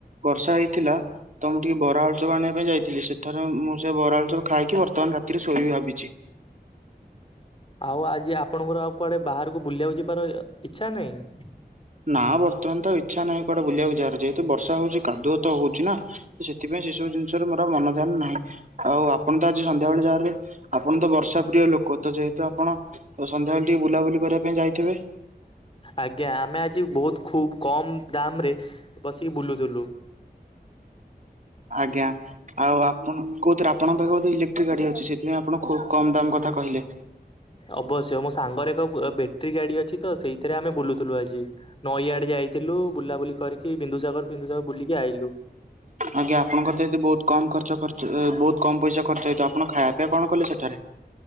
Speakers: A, on the right (about 50°); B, on the left (about 30°).
A: ବର୍ଷା ହେଇଥିଲା ତ ମୁଁ ଟିକେ ବରା ଆଳୁଚପ୍ ଆଣିବା ପାଇଁ ଯାଇଥିଲି ସେଠାରେ ମୁଁ ସେ ବରା ଆଳୁଚପ୍ ଖାଇକି ବର୍ତ୍ତମାନ ରାତିରେ ଶୋଇବି ଭାବିଛି।
B: ଆଉ ଆଜି ଆପଣଙ୍କର ଆଉ କୁଆଡେ ବାହାରକୁ ବୁଲିବାକୁ ଯିବାର ଏ ଇଚ୍ଛା ନାହିଁ?
A: ନା ବର୍ତମାନ ତ ଇଚ୍ଛା ନାହିଁ କୁଆଡେ ବୁଲିବାକୁ ଯିବାର ଯେହେତ ବର୍ଷା ହଉଛି କାଦୁଅ ତ ହଉଛି ନା? ତ ସେଥିପାଇଁ ସେ ସବୁ ଜିନିଷରେ ମୋର ଆଉ ମନ ଧ୍ୟାନ ନାହିଁ। ଆଉ ଆପଣ ତ ଆଜି ସନ୍ଧ୍ୟାବେଳେ ଯାହାରେ ଆପଣ ତ ବର୍ଷା ପ୍ରିୟ ଲୋକ ତ ଯେହେ ତ ଆପଣ ସନ୍ଧ୍ୟାବେଳେ ଟିକେ ବୁଲାବୁଲି କରିବା ପାଇଁ ଯାଇଥିବେ?
B: ଆଜ୍ଞା ଆମେ ଆଜି ବହୁତ ଖୁବ୍ କମ୍ ଦାମ୍ ରେ ବସିକି ବୁଲୁଥିଲୁ।
A: ଆଜ୍ଞା। ଆଉ ଆପଣ କୋଉଥିରେ ଆପଣ ପାଖେ ବୋଧେ ଇଲେକ୍ଟ୍ରିକ୍ ଗାଡି ଅଛି ସେଥିପାଇଁ ଆପଣ ଖୁବ କମ ଦମ୍ କଥା କହିଲେ?
B: ଅବଶ୍ୟ ମୋ ସାଙ୍ଗର ଏକ ବ ବେଟ୍ରି ଗାଡି ଅଛି ତ ସେଇଥିରେ ଆମେ ବୁଲୁଥିଲୁ ଆଜି। ନଈଆଡେ ଯାଇଥିଲୁ ବୁଲାବୁଲି କରିକି ବିନ୍ଦୁସାଗର ଫିନ୍ଦୁସାଗର ବୁଲିକି ଆଇଲୁ।
A: ଆଜ୍ଞା ଆପଣଙ୍କର ତ ଏତେ ବହୁତ କମ୍ ଖର୍ଚ୍ଚ ଖର୍ଚ୍ଚ ଏ ବହୁତ କମ୍ ପଇସା ଖର୍ଚ୍ଚ ହେଇଥିବ ଆପଣ ଖାଇବା ପିଇବା କଣ କଲେ ସେଠାରେ?